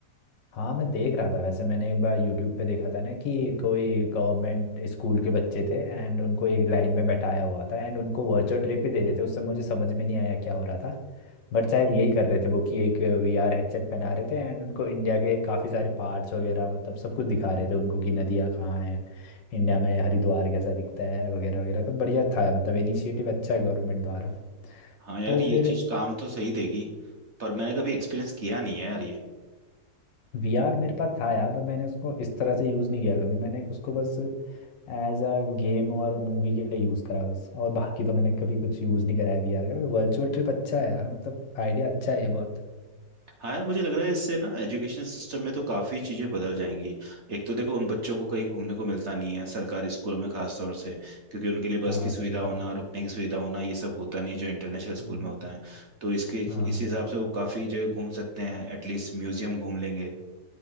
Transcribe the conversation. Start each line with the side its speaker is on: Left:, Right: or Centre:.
Left: हाँ मैं देख रहा था वैसे मैंने एक बार यूट्यूब पे देखा था ना कि कोई गवर्नमेंट स्कूल के बच्चे थे एंड उनको एक लाइन में बैठाया हुआ था एंड उनको वर्चुअल ट्रिप ही दे रहे थे उस समय मुझे समझ में नहीं आया क्या हो रहा था बट शायद यही कर रहे थे वो कि एक वीआर हेडसेट पहना रहे थे एंड उनको इंडिया के काफ़ी सारे पार्ट्स वगैरह मतलब सब कुछ दिखा रहे थे उनको कि नदियाँ कहाँ हैं इंडिया में हरिद्वार कैसा दिखता है वगैरह वगैरह तो बढ़िया था मतलब इनिशिएटिव अच्छा है गवर्नमेंट द्वारा
Right: हाँ यार
Left: तो
Right: ये
Left: फिर
Right: चीज काम तो सही देगी पर मैंने कभी एक्सपीरियंस किया नहीं है यार ये
Left: वीआर मेरे पास था यार पर मैंने उसको इस तरह से यूज़ नहीं किया कभी मैंने उसको बस एज अ गेम और मूवी के लिए यूज़ करा बस और बाकी तो मैंने कभी कुछ यूज़ नहीं कराया वीआर का वर्चुअल ट्रिप अच्छा है यार मतलब आइडिया अच्छा है ये बहुत
Right: हाँ यार मुझे लग रहा है इससे ना एजुकेशन सिस्टम में तो काफ़ी चीज़ें बदल जाएंगी एक तो देखो उन बच्चों को कहीं घूमने को मिलता नहीं है सरकारी स्कूलों में खास तौर से क्योंकि उनके लिए बस
Left: हाँ
Right: की सुविधा
Left: सही कहा
Right: होना रुकने की सुविधा होना ये सब होता नहीं है जो इंटरनेशनल स्कूल
Left: हम्म,
Right: में होता है तो इसके इस
Left: हाँ
Right: हिसाब से वो काफ़ी जगह घूम सकते हैं एटलीस्ट म्यूजियम घूम लेंगे